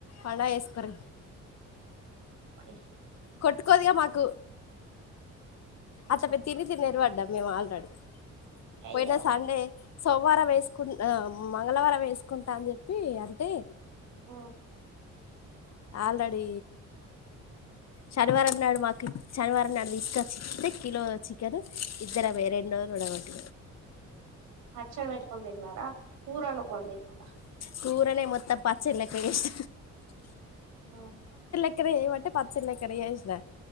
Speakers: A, on the left; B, on the right.
A: అడా ఎసుకోర
B: అని
A: కోదిగా మాకు అత పె తిని తినిర పడ్డాం మేము ఆల్రెడీ
B: అయ్యా
A: పోయినా సండే సోమవారం వేసుకు మంగళవారం వేసుకుంటా అని చెప్పి అంటే
B: ఓ
A: ఆల్రెడీ శనివారం నాడు మాకు శనివారం నాడు ఇసుకే కిలో చికెన్ ఇద్దర రెండుోజులుబట్
B: పచ్చడి పెట్టుకొని తిన్నారా కూర వండుకొని తిన్నారా
A: కూూరనే మొత్తప్పచ్చల కష్
B: ఆ
A: క్కడయి మటే పచ్చలే కడే చేసినా